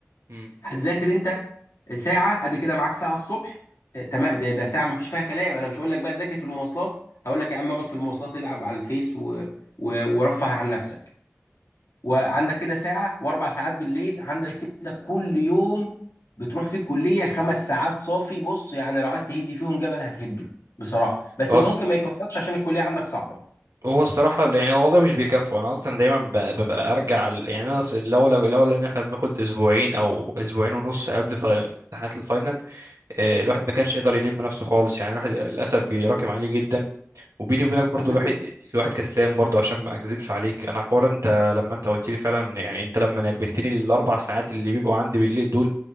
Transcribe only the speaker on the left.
هتذاكر انت ساعه ادي كده معاك ساعه الصبح اه، تمام ده, ده ساعه ما فيش فيها كلام انا مش هقول لك بقى ذاكر في المواصلات هقول لك يا عم اقعد في المواصلات العب على الفيس و... و... ورفه عن نفسك وعندك كده ساعه واربع ساعات بالليل عندك كده كل يوم بتروح في الكليه خمس ساعات صافي بص يعني لو عايز تهدي فيهم جبل هتهده بصراحه بس
هو ممكن ما يكفكش عشان الكليه عندك صعبه
طب بس